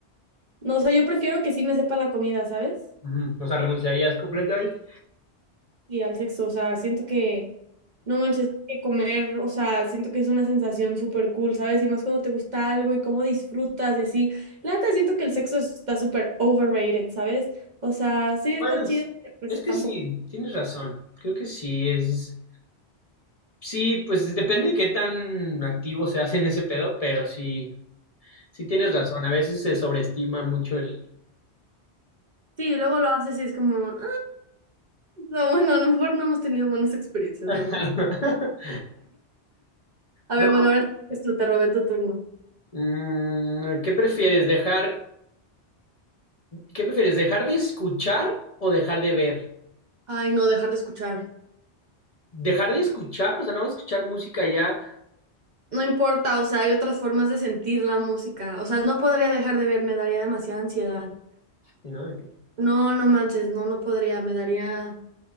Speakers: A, on the right (about 50°); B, on the left (about 40°).
A: No, o sea, yo prefiero que sí me sepa la comida, ¿sabes?
B: Ujú, O sea, renunciarías completamente.
A: y al sexo. O sea, siento que, no manches, que comer, o sea, siento que es una sensación súper cool, ¿sabes? Y más cuando te gusta algo y cómo disfrutas y así. La neta, siento que el sexo está súper overrated, ¿sabes? O sea, sí está
B: Bueno,
A: chido,
B: es,
A: pero pues
B: es que
A: tampoco.
B: sí, tienes razón. Creo que sí, es... Sí, pues depende de qué tan activo se hace en ese pedo, pero sí, sí tienes razón. A veces se sobreestima mucho el...
A: Sí, luego lo haces y es como, ah, no, bueno, a lo mejor no hemos tenido buenas experiencias,
B: <laughs>
A: ¿verdad? A
B: ¿No?
A: ver, bueno, ahora es tu- te robé tu turno.
B: Mm, ¿qué prefieres? ¿Dejar... ¿Qué prefieres? ¿Dejar de escuchar o dejar de ver?
A: Ay, no, dejar de escuchar.
B: ¿Dejar de escuchar? O sea, no escuchar música ya,
A: No importa, o sea, hay otras formas de sentir la música. O sea, no podría dejar de ver, me daría demasiada ansiedad.
B: ¿no?
A: No, no manches, no, no podría, me daría,